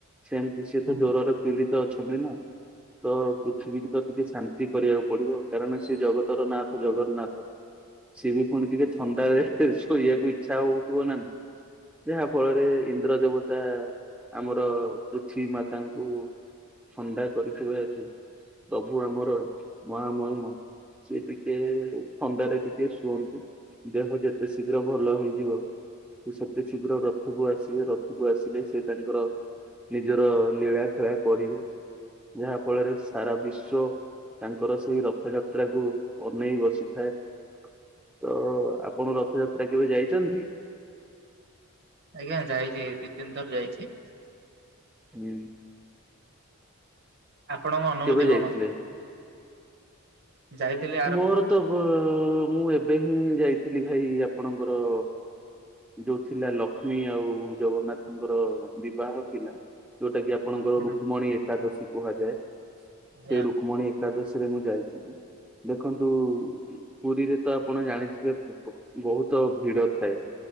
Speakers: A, in the centre; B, on the right.
A: ସେମିତି ସିଏ
B: ହଁ।
A: ତ ଜ୍ୱର ରେ ପୀଡିତ ଅଛନ୍ତି ନା। ତ ପୃଥିବୀକୁ ତ ଟିକେ ଶାନ୍ତି କରିବାକୁ ପଡିବ କାରଣ ସେ ଜଗତର ନାଥ ଜଗନ୍ନାଥ। ସିଏ ବି ପୁଣି ଟିକେ ଥଣ୍ଡାରେ ସେ ଶୋଇବାକୁ ଇଚ୍ଛା ହଉଥିବ ନା, ଯାହା ଫଳରେ ଇନ୍ଦ୍ର ଦେବ ତା ଆମର ପୃଥିବୀ ମାତାଙ୍କୁ ଥଣ୍ଡା କରିଥିବା ଅଛି, ପ୍ରଭୁ ଆମର ମହାମହିମ ସିଏ ଟିକେ ଥଣ୍ଡାରେ ଟିକେ ଶୁଅନ୍ତି। ଦେହ ଯେତେ ଶୀଘ୍ର ଭଲ ହେଇଯିବ। ସେ ସେତେ ଶୀଘ୍ର ରଥକୁ ଆସିବେ ରଥକୁ ଆସିଲେ ସେ ତାଙ୍କର ନିଜର ଲୀଳା ଖେଳା କରିବେ, ଯାହା ଫଳରେ ସାରା ବିଶ୍ଵ ତାଙ୍କର ସେଇ ରଥଯାତ୍ରାକୁ ଅନେଇ ବସିଥାଏ। ତ ଆପଣ ରଥଯାତ୍ରା କେବେ ଯାଇଛନ୍ତି?
B: ଆଜ୍ଞା ଯାଇଚି ଦି ତିନି ଥର ଯାଇଛି।
A: <unintelligible>
B: ଆପଣଙ୍କ ଅନୁଭୂତି
A: କେବେ ଯାଇଥିଲେ?
B: କଣ? ଯାଇଥିଲେ
A: ମୋର ତ ବ-ମୁଁ ଏବେ ହିଁ ଯାଇଥିଲି ଭାଇ ଆପଣଙ୍କର ଯୋଉ ଥିଲା ଲକ୍ଷ୍ମୀ ଆଉ ଜଗନ୍ନାଥଙ୍କର ବିବାହ ଥିଲା। ଯୋଉଟା କି ଆପଣଙ୍କର
B: ହୁଁ
A: ରୁକ୍ମମଣୀ ଏକାଦଶୀ କୁହାଯାଏ,
B: ଆଜ୍ଞା
A: ସେ ରୁକ୍ମମଣୀ ଏ କାଦଶୀ ରେ ମୁଁ ଯାଇଥିଲି। ଦେଖନ୍ତୁ ପୁରୀରେ ତ ଆପଣ ଜାଣିଥିବେ ବହୁତ ଭିଡ ଥାଏ।